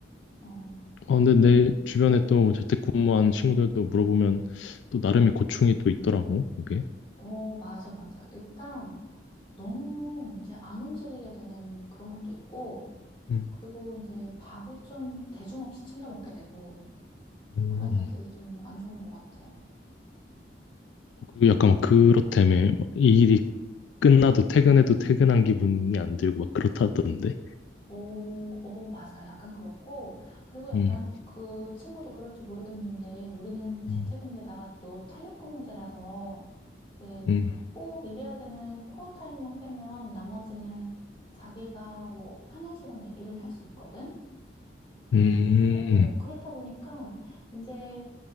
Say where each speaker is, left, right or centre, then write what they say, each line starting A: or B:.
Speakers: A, on the left (about 30°); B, on the left (about 90°).
A: 어
B: 어, 근데 내 주변에 또 재택근무하는 친구들도 물어보면 또 나름의 고충이 또 있더라고, 그게.
A: 어 맞아 맞아 일단 너무 이제 안 움직이게 되는 그런 것도 있고
B: 음.
A: 그리고 이제 밥을 좀 대중 없이 챙겨 먹게 되고
B: 음.
A: 그런 것들이 좀 안 좋은 것 같아.
B: 어, 그리고 약간
A: 음.
B: 막 그렇다며. 막이 일이 끝나도 퇴근해도 퇴근한 기분이 안 들고 막 그렇다던데.
A: 오, 오, 맞아. 약간 그렇고. 그리고 약간
B: 음,
A: 그 친구도 그럴지 모르겠는데, 우리는 재택인데다가
B: 음.
A: 또 탄력근무제라서, 이제
B: 음,
A: 꼭 일해야 되는 코어 타임만 빼면 나머지는 자기가 뭐 편한 시간에 일을 할 수 있거든?
B: 음,
A: 어, 그렇다 보니까 이제